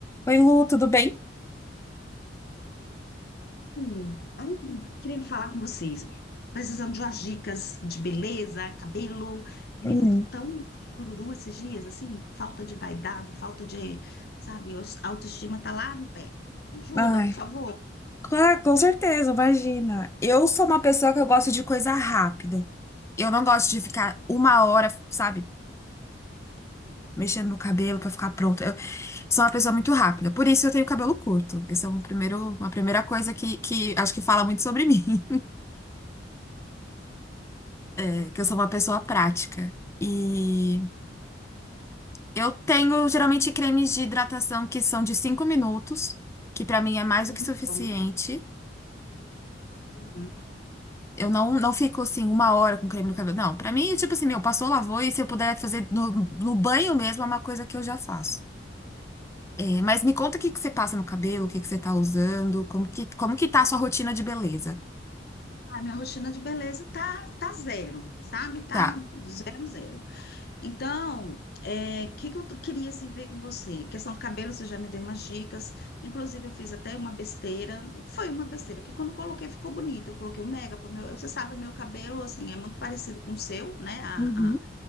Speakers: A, on the left; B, on the left.
A: Oi, Lu, tudo bem?
B: Sim, ai, queria falar com vocês. Precisando de umas dicas de beleza, cabelo. Menino,
A: né? Hum,
B: eu tô tão jururu esses dias, assim, falta de vaidade, falta de, sabe, os- a autoestima tá lá no pé. Me ajuda,
A: ai,
B: por favor.
A: claro, com certeza, imagina. Eu sou uma pessoa que eu gosto de coisa rápida. Eu não gosto de ficar uma hora, sabe, mexendo no cabelo pra ficar pronto. Eu sou uma pessoa muito rápida, por isso eu tenho cabelo curto. Essa é um primeiro, uma primeira coisa que, que acho que fala muito sobre mim, <laughs> é que eu sou uma pessoa prática. E eu tenho geralmente cremes de hidratação que são de 5 minutos, que pra mim é mais
B: Hum,
A: do que suficiente.
B: bom. Uhum.
A: Eu não, não fico assim uma hora com creme no cabelo. Não, pra mim, tipo assim, meu, passou, lavou e se eu puder fazer no, no banho mesmo, é uma coisa que eu já faço. É, mas me conta o que que você passa no cabelo, o que que você tá usando, como que, como que tá a sua rotina de beleza?
B: Ah, minha rotina de beleza tá, tá zero, sabe? Tá
A: Tá.
B: zero, zero. Então, o que que eu t- queria assim, ver com você? Questão do cabelo, você já me deu umas dicas. Inclusive, eu fiz até uma besteira. Foi uma besteira, que quando eu coloquei ficou bonito. Eu coloquei um mega para meu. Você sabe, o meu cabelo, assim, é muito parecido com o seu, né? A,
A: Uhum,
B: a-